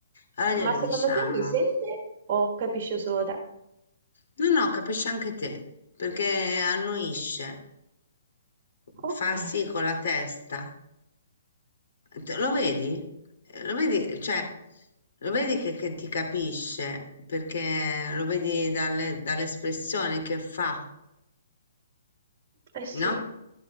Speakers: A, on the left (about 75°); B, on the right (about 25°).
A: Allora
B: Ma
A: glielo
B: secondo
A: diciamo.
B: te mi sente o capisce solo te?
A: No, no, capisci anche te, perché annuisce,
B: Ok,
A: fa sì con la testa. Te- Lo vedi? Eh, Lo vedi, cioè, lo vedi che, che ti capisce, perché lo vedi dalle, dall'espressione che fa,
B: eh sì,
A: no?